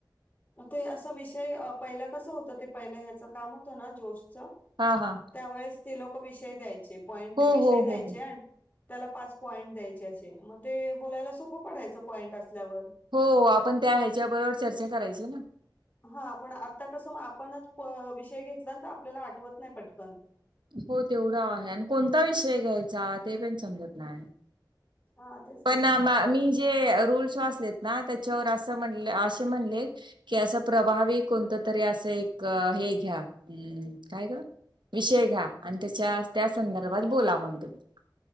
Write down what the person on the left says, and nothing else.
ते असं विषय पहिलं कसं होतं ते पहिलं ह्याचं काम होतं ना जोशचं
त्यावेळेस ते लोक विषय द्यायचे, पॉइंट,
विषय
द्यायचे
आणि त्याला पाच पॉईंट द्यायचे असे मग ते बोलायला सोपं पडायचं पॉईंट असल्यावर
हा पण आता कसं मग? आपणच विषय घेतला ना, तर आपल्याला आठवत नाही पटकन
हा तेच ना